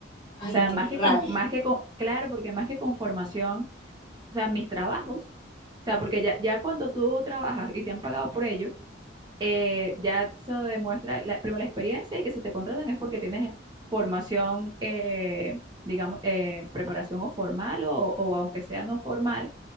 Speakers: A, on the left (about 25°); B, on the right (about 25°).
A: Ay,
B: sea,
A: qué
B: más que
A: rabia.
B: con, más que con, claro, porque más que con formación, o sea, mis trabajos, o sea, porque ya, ya cuando tú trabajas y te han pagado por ello, eh, ya se demuestra la, primero la experiencia y que se te contratan es porque tienes formación, eh, digamos, eh, preparación o formal o, o aunque sea no formal,